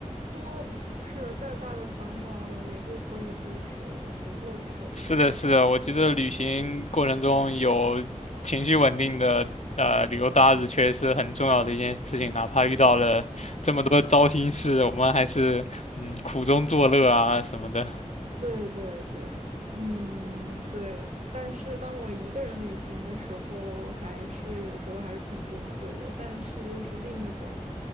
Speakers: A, on the right (about 70°); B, on the left (about 65°).
A: 多就是再大的烦恼也就挥一挥手，也就过去了。
B: 是的，是的，我觉得旅行过程中有情绪稳定的呃旅游搭子，确实是很重要的一件事情。哪怕遇到了这么多糟心事，我们还是嗯苦中作乐啊什么的。
A: 对对对，嗯，对。但是当我一个人旅行的时候，还是有时候还是挺崩溃的，但是又是另一种